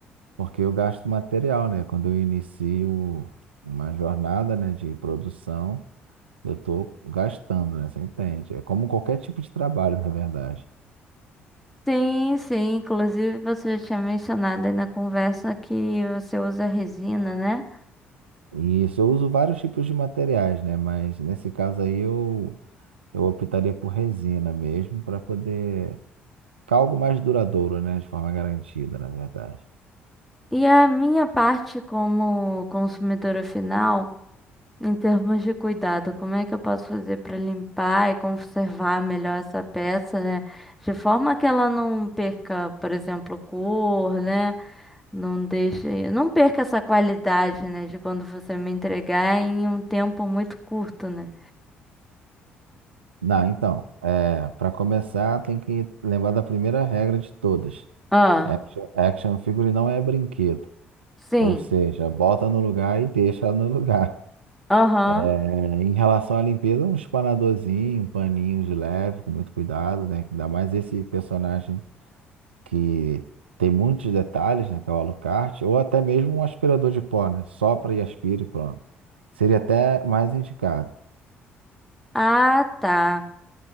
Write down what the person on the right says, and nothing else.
porque eu gasto material, né? Quando eu inicio uma jornada, né, de produção, eu tô gastando, né? Você entende? É como qualquer tipo de trabalho, <laughs> na verdade.
E isso, eu uso vários tipos de materiais, né? Mas nesse caso aí eu, eu optaria por resina mesmo para poder ficar algo mais duradouro, né? De forma garantida, na verdade.
Não, então, é, para começar, tem que lembrar da primeira regra de todas.
Action, action figure não é brinquedo.
Ou seja, bota no lugar e deixa no lugar. <laughs>
É, em relação à limpeza, um espanadorzinho, um paninho de leve, com muito cuidado, né? Ainda mais esse personagem que tem muitos detalhes, né? Que é o Alucard, ou até mesmo um aspirador de pó, né? Sopra e aspira e pronto. Seria até mais indicado.